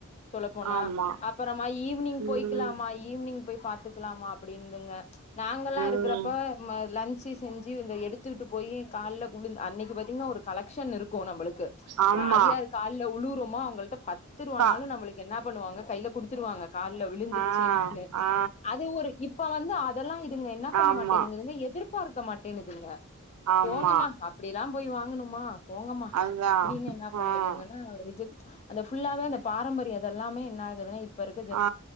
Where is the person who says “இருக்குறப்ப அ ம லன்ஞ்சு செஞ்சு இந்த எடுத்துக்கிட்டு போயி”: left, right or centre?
Left